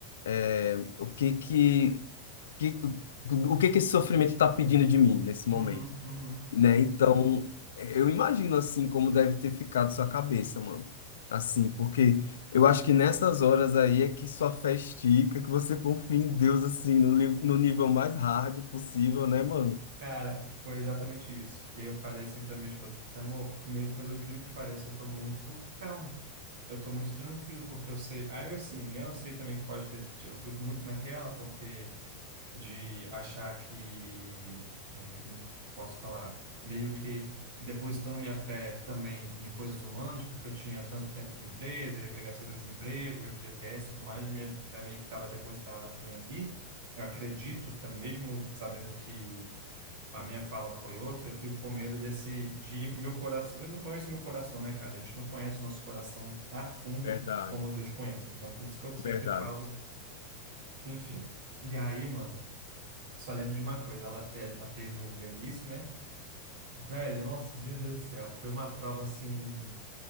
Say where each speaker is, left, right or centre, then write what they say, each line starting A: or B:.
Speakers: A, on the left; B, on the right.
A: é, o que que, que o que que esse sofrimento está pedindo de mim nesse
B: Uhum,
A: momento?
B: uhum.
A: né? Então, eu imagino assim como deve ter ficado sua cabeça, mano. Assim, porque eu acho que nessas horas aí é que sua fé estica, que você confia em Deus assim no, li- no nível mais hard possível, né, mano?
B: Cara, foi exatamente isso. Eu falei assim para minha esposa, disse, amor, meu, pelo incrível que pareça, eu tô muito calmo. Eu tô muito tranquilo, porque eu sei. Aí, eu, assim, né? Eu sei também que pode ter. Eu fico muito naquela, porque. de achar que, é, como posso falar, meio que depositando minha fé também em coisas humanas, porque eu tinha tanto tempo de empresa, ia pegar seguro-desemprego, FGTS e tudo mais, minha fé meio que estava depositada também ali. Eu acredito, tam- mesmo sabendo que a minha fala foi outra, eu fico com medo desse, de meu coração. Eu não conheço meu coração, né, cara? A gente não conhece o nosso coração a fundo
A: Verdade,
B: como Deus conhece. Então, por isso que eu sempre
A: verdade.
B: falo que, enfim. E aí, mano, só lembro de uma coisa, ela, te- ela teve o Benício, né? Velho, nossa, meu Deus do céu, foi uma prova assim,